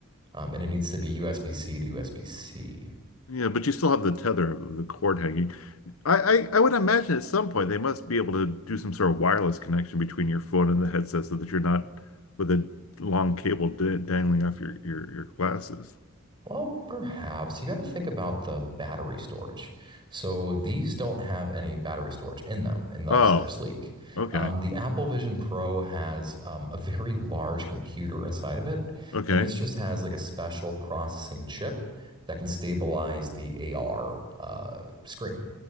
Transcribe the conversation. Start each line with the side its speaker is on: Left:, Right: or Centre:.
Right: Um, and it needs to be USB-C to USB-C.
Left: Yeah, but you still have the tether of the cord hanging. You I, I, I would imagine at some point they must be able to do some sort of wireless connection between your phone and the headset so that you're not with a long cable d dangling off your, your, your glasses.
Right: Well, perhaps you got to think about the battery storage. So these don't have any battery storage in them, and thus
Left: Oh,
Right: they're sleek.
Left: okay.
Right: Um, the Apple Vision Pro has um, a very large computer inside of it,
Left: Okay.
Right: and this just has like a special processing chip that can stabilize the AR uh, screen.